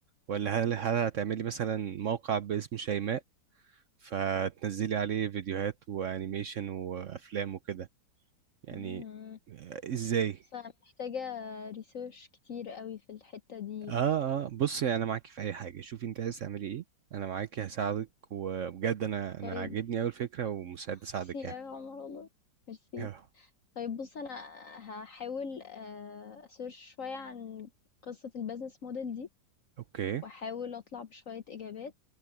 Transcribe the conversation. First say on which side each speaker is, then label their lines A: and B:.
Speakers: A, on the right; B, on the left.
A: ولا هل هل هتعملي مثلا موقع باسم شيماء فتنزلي عليه فيديوهات وانيميشن وافلام وكده يعني
B: امم
A: آه، ازاي
B: فمحتاجه ريسيرش كتير قوي في الحته دي
A: اه
B: يعني
A: اه بصي انا معاكي في اي حاجه شوفي انت عايز تعملي ايه انا معاكي هساعدك وبجد انا
B: طيب
A: انا عاجبني اوي الفكره ومستعد اساعدك
B: ميرسي
A: يعني
B: يا عمر والله ميرسي
A: آه،
B: طيب بص انا هحاول آه، اسيرش شويه عن قصه البيزنس موديل دي
A: اوكي
B: واحاول اطلع بشويه اجابات